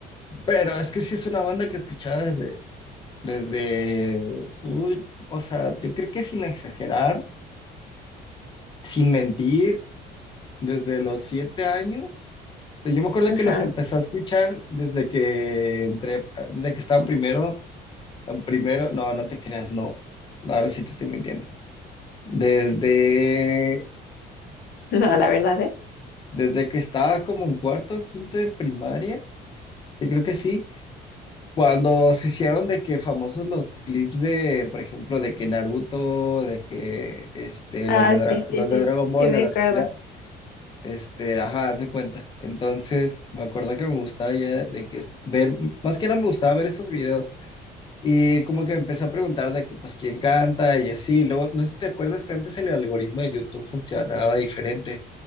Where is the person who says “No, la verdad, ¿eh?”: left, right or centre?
Left